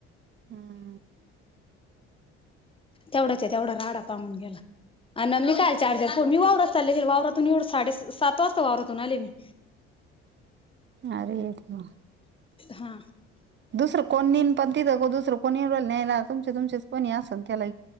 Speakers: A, on the right; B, on the left.
A: हां
B: तेवढांच आहे तेवढां रांडा पांगून गेलां अं न मी कायं चार्जर हो मी वांवरात चालले वांवरातून एवढं साडे सात वाजतां वांवरातून आले मी
A: अरेे देवां
B: हां
A: दुसरं कोणी पणं तिथं दुसरं कोणी न्यांयला तुमचे तुमचं कोणी असेल त्यांला